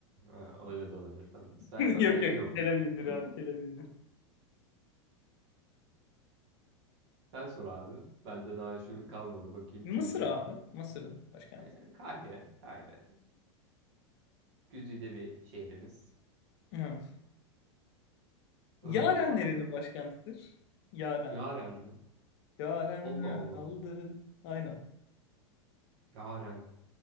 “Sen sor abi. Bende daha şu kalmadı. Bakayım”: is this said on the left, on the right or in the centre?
Right